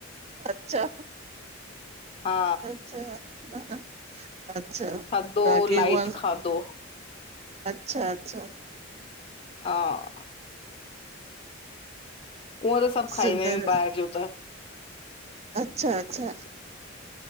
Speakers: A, on the right; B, on the left.
A: अच्छा।
B: हा,
A: अचछा, अचछा
B: थधो
A: बाक़ी
B: लाइट
A: उआ
B: खाधो
A: अचछा अचछा
B: हा, उहो त सभु खाईंदा
A: सुंदर,
B: आहियूं ॿाहिरि जो त
A: अच्छा अच्छा